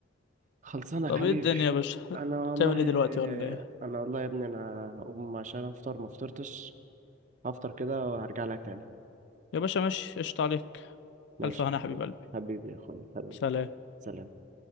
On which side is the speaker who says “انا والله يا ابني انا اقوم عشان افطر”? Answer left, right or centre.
Right